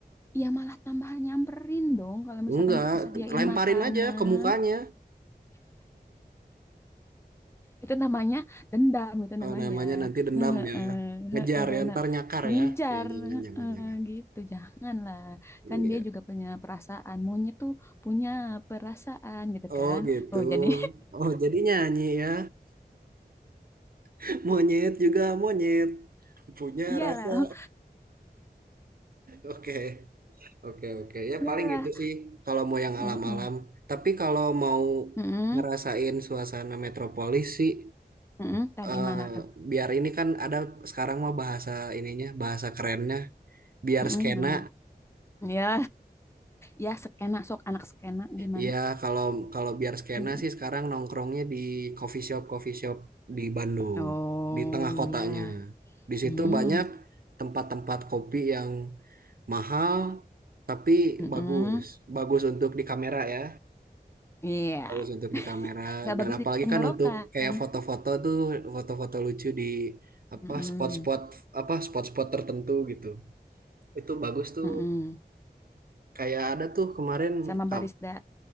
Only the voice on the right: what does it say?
enggak
lemparin
aja ke mukanya
Eh,
namanya nanti dendam
ya ngejar
ya ntar
nyakar
ya ya jangan jangan
jangan
Iya.
oh
gitu
oh jadi nyanyi ya <laughs> monyet juga monyet punya
rasa oke Oke oke ya
paling itu sih kalau mau yang
alam-alam. Tapi kalau mau
ngerasain suasana metropolis sih
eh,
biar ini kan ada sekarang mah bahasa ininya bahasa kerennya biar
skena.
Iya kalau kalau biar skena
sih sekarang nongkrongnya di coffee shop coffee shop di Bandung
di tengah kotanya.
Di situ
banyak tempat-tempat kopi yang mahal tapi
bagus bagus untuk di kamera ya.
bagus untuk di kamera
dan
apalagi
kan untuk kayak foto-foto tuh foto-foto lucu di apa
spot-spot apa spot-spot tertentu gitu itu bagus tuh
kayak ada tuh kemarin
ka-